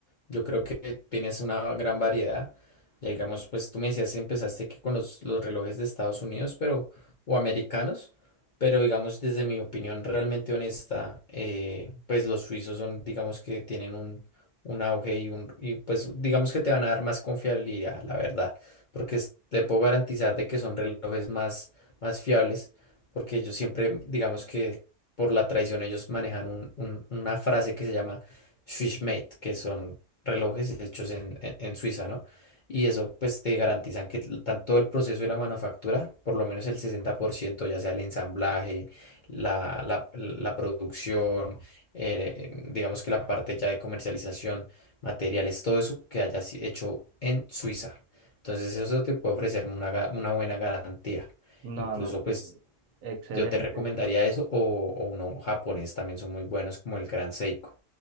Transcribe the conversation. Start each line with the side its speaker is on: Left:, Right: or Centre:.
Left: Yo creo que tienes una gran variedad. Ya digamos, pues tú me decías, empezaste que con los, los relojes de Estados Unidos, pero, o americanos, pero digamos, desde mi opinión realmente honesta, eh, pues los suizos son, digamos que tienen un, un auge y un, y pues digamos que te van a dar más confiabilidad, la verdad, porque es- te puedo garantizar de que son relojes más, más fiables, porque ellos siempre, digamos que por la tradición, ellos manejan un- un- una frase que se llama Swissmate, que son relojes hechos en, en- en Suiza, ¿no? Y eso pues te garantizan que l- tanto el proceso de la manufactura, por lo menos el 60%, ya sea el ensamblaje, la, la- la producción, eh, digamos que la parte ya de comercialización, materiales, todo eso que haya si- hecho en Suiza. Entonces eso te puede ofrecer una, ga- una buena garantía.
Right: No,
Left: Incluso
Right: no,
Left: pues
Right: sí, Excelente,
Left: yo te recomendaría eso o, o uno japonés también son muy buenos como el Gran Seiko.